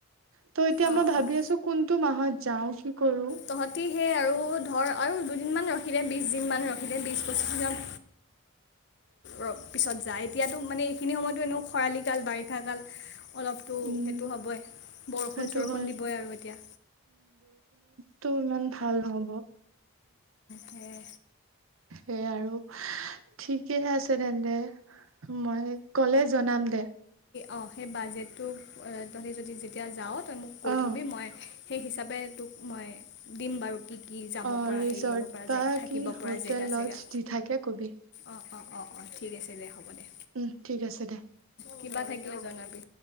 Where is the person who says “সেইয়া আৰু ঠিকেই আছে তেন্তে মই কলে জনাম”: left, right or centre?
Right